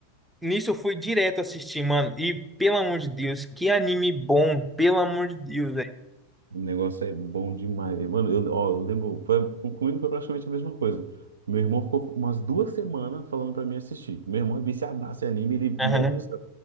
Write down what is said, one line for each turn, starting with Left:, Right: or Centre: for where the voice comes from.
Centre: Nisso eu fui direto assistir, mano. E pelo amor de Deus, que anime bom, pelo amor de Deus, velho.
Right: O negócio é bom demais. velho. Mano, eu, ó, eu lembro, foi- comigo foi praticamente a mesma coisa. Meu irmão ficou umas duas semanas falando pra mim assistir. Meu irmão é viciadaço em anime, ele,
Centre: Aham.
Right: meu Deus do céu.